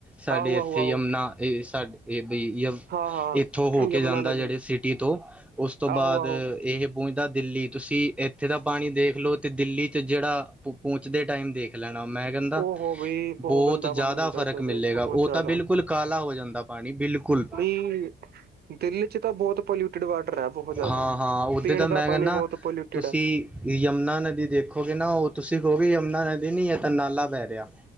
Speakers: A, in the centre; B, on the right (about 55°).
A: ਸਾਡੇ
B: ਆਹੋ
A: ਇੱਥੇ
B: ਆਹੋ ਆਹੋ
A: ਯਮੁਨਾ ਸਾਡੇ ਇਹ ਬਈ ਯ
B: ਹਾਂ ਹਾਂ
A: ਇੱਥੋਂ ਹੋ ਕੇ
B: ਯਮੁਨਾ
A: ਜਾਂਦਾ
B: ਨਦੀ
A: ਜਿਹੜੇ ਸਿਟੀ ਤੋਂ ਉਸ ਤੋਂ ਬਾਅਦ
B: ਆਹੋ ਆਹੋ
A: ਇਹ ਪਹੁੰਚਦਾ ਦਿੱਲੀ ਤੁਸੀਂ ਇੱਥੇ ਦਾ ਪਾਣੀ ਦੇਖ ਲਓ ਤੇ ਦਿੱਲੀ ਚ ਜਿਹੜਾ ਪਹੁੰਚਦੇ ਟਾਈਮ ਦੇਖ ਖ ਲੈਣਾ ਮੈਂ ਕਹਿੰਦਾ
B: ਉਹ ਬਈ
A: ਬਹੁਤ
B: ਗੰਦਾ
A: ਜ਼ਿਆਦਾ
B: ਪਾਣੀ ਹੁੰਦਾ
A: ਫ਼ਰਕ
B: ਉੱਥੇ ਤੇ
A: ਮਿਲੇਗਾ
B: ਬਹੁਤ
A: ਉਹ
B: ਜ਼ਿਆਦਾ
A: ਤਾਂ ਬਿਲਕੁਲ ਕਾਲਾ ਹੋ ਜਾਂਦਾ ਪਾਣੀ ਬਿਲਕੁਲ
B: ਬਈ ਦਿੱਲੀ ਚ ਤਾਂ ਬਹੁਤ ਪੋਲਿਊਟਿਡ ਵਾਟਰ ਹੈ ਬਹੁਤ ਜ਼ਿਆਦਾ
A: ਹਾਂ -ਹਾਂ ਉੱਦੇ
B: ਪੀਣ
A: ਤਾਂ ਮੈਂ
B: ਦਾ
A: ਕਹਿੰਦਾ,
B: ਪਾਣੀ ਬਹੁਤ ਪੋਲਿਊਟਿਡ
A: ਤੁਸੀਂ
B: ਹੈ
A: ਯਮੁਨਾ ਨਦੀ ਦੇਖੋ ਦੇਖੋਗੇ ਨਾ ਉਹ ਤੁਸੀਂ ਕਹੋਗੇ ਯਮਨਾ ਨਦੀ ਨੀ, ਇਹ ਤਾਂ ਨਾਲਾ ਬਹਿ ਰਿਹਾ